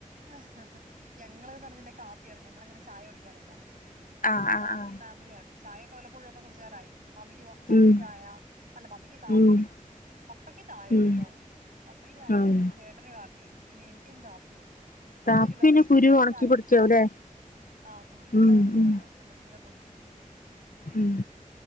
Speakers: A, on the right (about 80°); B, on the left (about 80°).
A: ആഹ് ഞങ്ങള്ന്ന് പറഞ്ഞിടെങ്കി കാപ്പിയാണ് ഞങ്ങൾ അങ്ങനെ ചായ കുടിക്കാറില്ല
B: ആ
A: നമ്മള്
B: ആ
A: കാപ്പി
B: ആ
A: ഫാമിലിയാണ് ചായൊക്കെ വല്ലപോയും ഒക്കെ കുടിച്ചാലായി മമ്മിക്ക് മമ്മിക്ക്
B: ഉം
A: ചായ അല്ല മമ്മിക്ക് കാപ്പി
B: ഉം
A: പപ്പയ്ക്ക് ചായ വെരുട്ടോ
B: ഉം
A: പപ്പയ്ക്ക് ചായ
B: ഉം
A: വെരും പിന്നെ ചേ ട്ടന് കാപ്പി ഇനി എനിക്കും കാപ്പി നമ്മളൊരു
B: കാപ്പി
A: വെറൈറ്റിക്ക്
B: പിന്നെ കുരു
A: വല്ല
B: ഉണക്കി
A: ചായയും
B: പൊടിക്കാവുല്ലേ
A: കുടിച്ചാലോ ആഹ് കുരു ഇണ്ടങ്ങെ
B: ഉം
A: അഹ്
B: ഉം
A: ഒണക്കും എന്നട്ട് ഇങ്ങനെ പൊടിക്ക്യും
B: ഉം